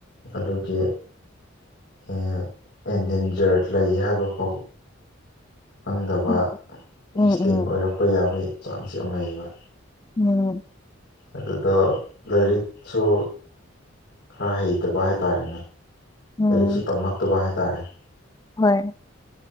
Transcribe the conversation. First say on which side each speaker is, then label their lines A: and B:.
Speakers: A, on the left (about 60°); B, on the left (about 20°).
A: ꯑꯗꯨꯒꯤ ꯏꯟ ꯏꯟꯗꯦꯟꯖꯔ ꯂꯩ ꯍꯥꯏꯕ ꯐꯥꯎꯕ ꯈꯪꯗꯕ
B: ꯎꯝ
A: ꯑꯦꯛꯁꯇꯤꯡ
B: ꯎꯝ
A: ꯑꯣꯏꯔꯛꯄ ꯌꯥꯕꯩ ꯆꯥꯟꯁ ꯌꯥꯝ ꯂꯩꯌꯦꯕ
B: ꯎꯝ
A: ꯑꯗꯨꯗꯣ ꯂꯥꯏꯔꯤꯛꯁꯨ ꯈꯔ ꯍꯩꯇꯕ ꯍꯥꯏꯇꯥꯔꯦꯅꯦ
B: ꯎꯝ
A: ꯂꯥꯏꯔꯤꯛꯁꯨ ꯇꯝꯃꯛꯇꯕ ꯍꯥꯏꯇꯥꯔꯦ
B: ꯍꯣꯏ